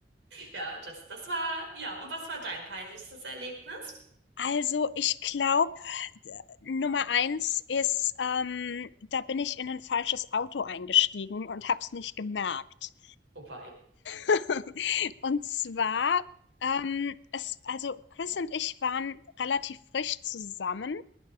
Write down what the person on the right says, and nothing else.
Ja, das, das war, ja. Und was war dein peinlichstes Erlebnis?
Oh wei.